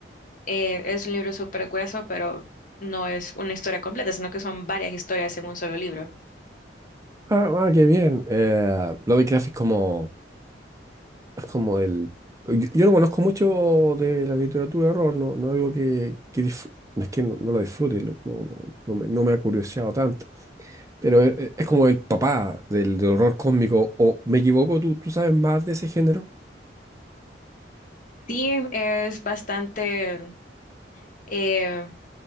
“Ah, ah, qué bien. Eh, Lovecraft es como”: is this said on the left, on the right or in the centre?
Right